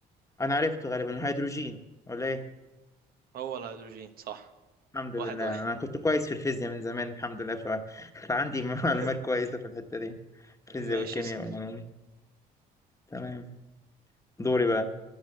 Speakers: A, on the left; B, on the right.
A: انا عرفته غالبا الهيدروجين ولا ايه
B: هو الهيدروجين صح
A: الحمد لله
B: واحد واحد
A: انا كنت كويس في الفيزياء من زمان الحمد لله ف... فعندي <laughs>
B: <laughs>
A: معلومات كويسة في الحتة دي الفيزياء
B: ماشي
A: والكيمياء
B: اسأل
A: والعلوم تمام دوري بقى